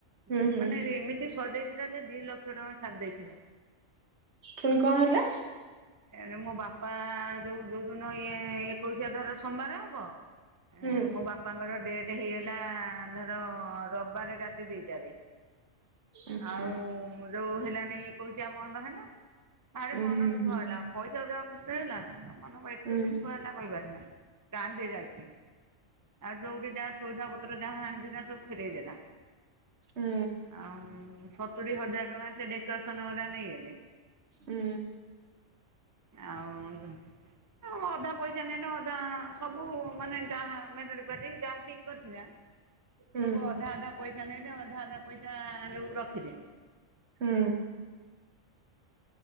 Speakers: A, on the right; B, on the right.
A: ହୁଁ
B: ଏମାନେ
A: ହୁଁ
B: ଏମିତି ସଜେଇ ଥିଲା ଯେ ଦୁଇ ଲକ୍ଷ ଟଙ୍କା ସାର ଦେଇଥିଲା।
A: ପୁଣି କଣ ହେଲା।
B: ଏ ମୋ ବାପା ଯୋଉ ଯୋଉ ଦିନ ଇଏ ଏକୋଇଶିଆ ଧର ସୋମବାର ହବ
A: ହୁଁ
B: ମୋ ବାପାଙ୍କର ଡେଟ୍ ହେଇଗଲା ଧର ରବିବାର ରାତି ଦିଟାରେ
A: ଆଚ୍ଛା।
B: ଆଉ ଯୋଉ ହେଲାନାଇ କୋଇଶିଆ ବନ୍ଦ ହେଲା ବାହାରି
A: ଉଁ
B: ମନ ଦୁଃଖ
A: ହୁଁ
B: ଦୁଖ ହେଲା ପଇସା ପୁରା ଖର୍ଚ ହେଲା ତା ମନ ପାଇଁ ଏତେ
A: ହୁଁ
B: ଦୁଃଖ ହେଲା। କହିବାର ନାଇ କାଦି ଯାଉଛି ଆଉ ଯୋଉଠି ଯାହା ସଇଦା ପତ୍ର ଯାହା ଆଣିଛି ସବୁ ଫେରେଇ ଦେଲା
A: ଉଁ
B: ଆଉ ହୁଁ ସତୁରି ହଜାର ଟଙ୍କା ସେ ଡେକୋରେସନ ବାଲା ନେଇଗଲେ।
A: ହୁଁ।
B: ଆଉ ଅଧା ପଇସା ନାଇ ତ ଅଧା ସବୁ ମାନେ ଯାହା ମେଲଡି ପାଟି ଯାହା ଠିକ କରିଥିଲା
A: ଉଁ
B: ସବୁ ଅଧା ଅଧା ପଇସା ନଲେ ଅଧା ଅଧା ପଇସା ଯୋଉ ରଖିଲେ।
A: ହୁଁ।